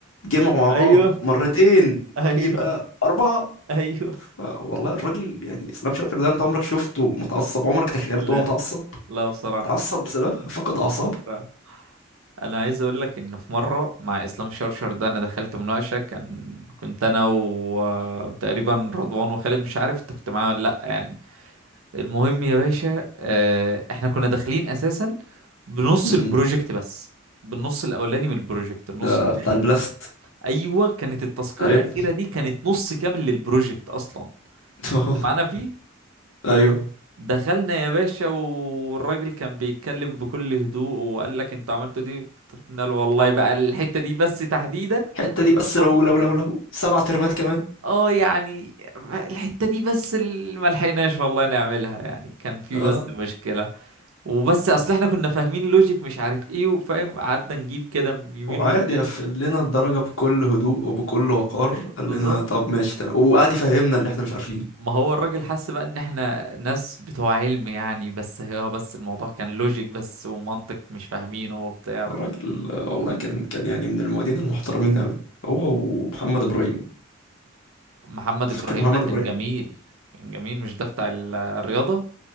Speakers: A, on the left; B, on the right.
A: يتجمعوا مع
B: ايوه
A: بعض مرتين
B: ايوه
A: يبقى اربعه
B: ايوه
A: ف- والله الراجل يعني اسلام شرشر ده انت عمرك شفته متعصب عمرك تخيلته
B: لا
A: هو متعصب
B: لا بصراحة
A: متعصب بسببها فقد اعصابه
B: بصراحة. انا عايز اقول لك ان في مرة مع اسلام شرشر ده انا دخلت مناقشة كان كنت انا و- وتقريبا رضوان وخالد مش عارف انت كنت معايا ولا لا يعني المهم يا باشا آه، احنا كنا داخلين اساسا بنص
A: م-
B: البروجكت
A: م.
B: بس بالنص الاولاني من البروجكت النص
A: ده
B: التاني
A: بتاع البلاست
B: ايوه كانت التاسكيه
A: ايوه
B: الاخيره دي كانت نص كامل للبروجكت اصلا
A: <laughs>
B: انت كنت معانا فيه
A: ايوه
B: دخلنا يا باشا والراجل كان بيتكلم بكل هدوء وقال لك انتوا عملتوا دي طب قلنا له والله بقى الحته دي بس تحديدا
A: الحته
B: الحته
A: دي بس لو
B: البسيطه
A: لو
B: دي
A: لو لو سبع ترمات كمان
B: اه يعني الحته دي بس اللي ملحقناش والله نعملها يعني كان في
A: اه
B: بس مشكله وبس اصل احنا كنا فاهمين لوجيك مش عارف ايه وفاهم قعدنا نجيب كده يمين
A: وعادي
B: وشمال
A: قفل لنا الدرجه بكل هدوء وبكل وقار قال
B: بالظبط
A: لنا طب ماشي تمام وقعد يفهمنا اللي احنا مش عارفينه
B: ما هو الراجل حس بقى ان احنا ناس بتوع علم يعني بس هي بس الموضوع كان لوجيك بس ومنطق مش فاهمينه وبتاع ف...
A: الراجل آه، والله كان كان يعني من المعيدين المحترمين قوي هو ومحمد ابراهيم
B: محمد
A: أنت
B: ابراهيم
A: فاكر محمد
B: ده
A: ابراهيم
B: كان جميل كان جميل مش ده بتاع ال- الرياضة